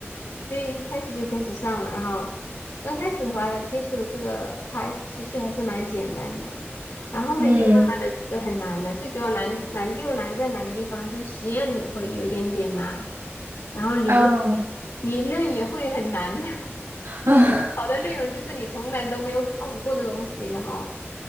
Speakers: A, on the left (about 80°); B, on the right (about 90°).
A: 所以一开始就开始上了，然后刚开始的话，接触的这个它其实还是蛮简单的，然后后面就慢慢的就很难了。
B: <laughs> 嗯。
A: 最主要难难就难在哪个地方，就实验也会有点点难，然后理论
B: 啊
A: 理论也会很难的。<laughs>
B: 啊。
A: 好的内容就是你从来都没有考过的东西，
B: <laughs>
A: 然后